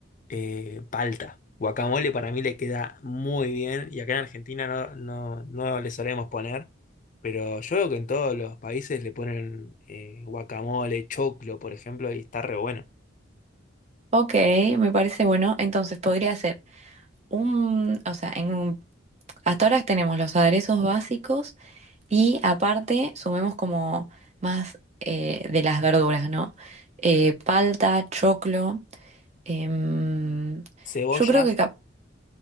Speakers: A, on the left (about 40°); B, on the right (about 35°).
A: eh, palta. Guacamole para mí le queda muy bien y acá en Argentina no, no, no le solemos poner, pero yo veo que en todos los países le ponen eh, guacamole, choclo, por ejemplo, y está re bueno.
B: Ok, me parece bueno. Entonces podría ser un, o sea, en un- hasta ahora tenemos los aderezos básicos y aparte sumemos como más eh, de las verduras, ¿no? Eh, palta, choclo. em,
A: Cebollas
B: yo creo que, cap-